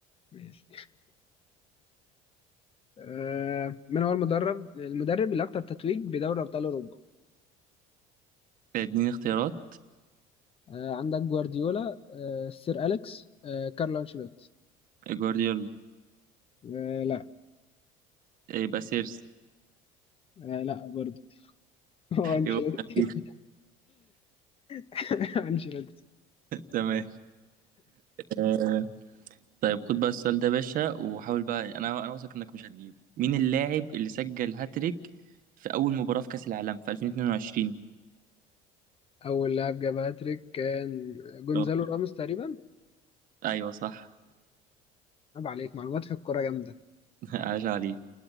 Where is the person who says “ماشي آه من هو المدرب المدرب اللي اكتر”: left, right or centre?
Left